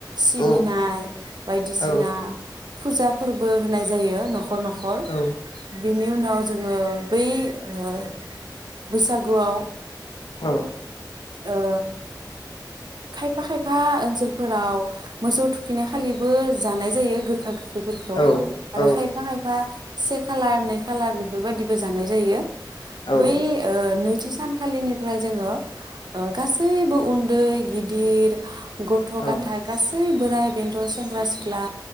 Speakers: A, on the right; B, on the left.
A: सिबिनाय
B: औ
A: बायदिसिना
B: औ
A: फुजा फोरबो होनाय जायो न'ख नख'र नख'र
B: औ
A: बिनि उनाव नाव जोङो बै ओ बैसागुआव
B: औ
A: ओ खायफा खायफा ओनसोलफोराव मोसौ थुखैनाय खालिबो जानाय जायो गोखा गोखै फोरखौ
B: औ औ
A: आरो खायफा खायफा से खालार नै खालार बेफोरबायदिबो जानाय जायो बै
B: औ
A: ओ नै थि सानखालिनिफ्राय जोङो ओ गासैबो उन्दै गिदिर गथ'
B: औ
A: गाथाय गासै सै बोराय बेन्थ' सेंग्रा सिख्ला